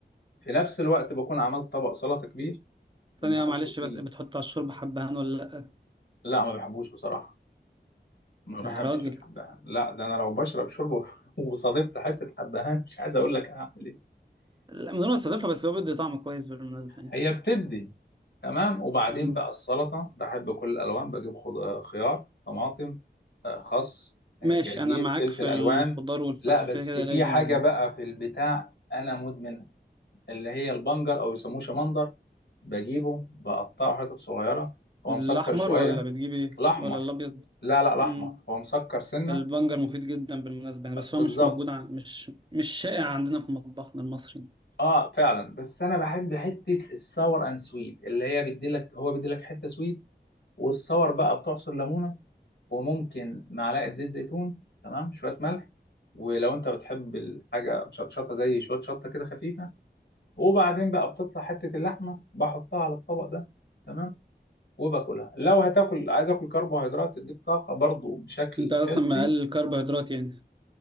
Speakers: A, on the left; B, on the right.
A: في نفس الوقت بكون عملت طبق سلطة كبير بحط
B: ثانية معلش
A: فيه
B: بس بتحط على الشوربة حبهان ولا لأ
A: لا ما بحبوش بصراحة ما
B: يا
A: بحبش
B: راجل
A: الحبهان لا ده انا لو بشرب شوربة <laughs> وصادفت حتة حبهان مش عايز اقول لك هعمل ايه
B: لا من غير ما تستضيفها بس هو بيدي طعم كويس بالمناسبة يعني
A: هي بتدي تمام وبعدين
B: مم.
A: بقى السلطه بحب كل الالوان بجيب خض- خيار طماطم آه، خس
B: ماشي
A: آه، جرجير
B: أنا معاك
A: فلفل
B: في
A: الوان
B: الخضار والفاكهة
A: لا بس
B: كده كده
A: في
B: لازم
A: حاجه بقى في البتاع انا مدمنها اللي هي البنجر او يسموه شمندر بجيبه بقطعه حتت صغيره هو
B: الأحمر
A: مسكر شويه
B: ولا بتجيب إيه
A: الاحمر
B: ولا الأبيض
A: لا لا الاحمر
B: مم.
A: هو مسكر سنه
B: البنجر مفيد جدا بالمناسبة يعني بس
A: بالظبط
B: هو مش موجود ع... مش مش شائع عندنا في مطبخنا المصري يعني.
A: اه فعلا بس انا بحب حته الساور اند سويت اللي هي بيديلك هو بيديلك حته سويت والصور بقى بتعصر ليمونه وممكن معلقه زيت زيتون تمام شويه ملح ولو انت بتحب الحاجه مشطشطه زي شويه شطه كده خفيفه وبعدين بقى بتطلع حته اللحمه بحطها على الطبق ده تمام وباكلها لو هتاكل عايز اكل كربوهيدرات تديك طاقه برضو بشكل
B: أنت أصلا
A: هيلسي
B: مقلل الكربوهيدرات يعني